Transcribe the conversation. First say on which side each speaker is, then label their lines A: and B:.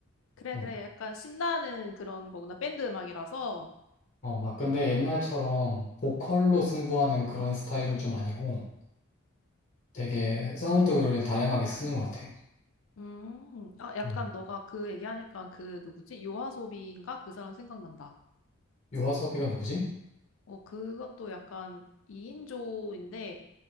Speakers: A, on the left (about 70°); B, on the left (about 40°).
A: 그래,
B: 음.
A: 그래. 약간 신나는 그런 거구나. 밴드 음악이라서.
B: 어, 막 근데 옛날처럼 보컬로 승부하는 그런 스타일은 좀 아니고 되게 사운드를 다양하게 쓰는 것 같아.
A: 음, 아, 약간
B: 음.
A: 너가 그 얘기하니까 그 누구지? 요하소비인가? 그 사람 생각난다.
B: 요아소비가 누구지?
A: 어, 그것도 약간 2인조인데,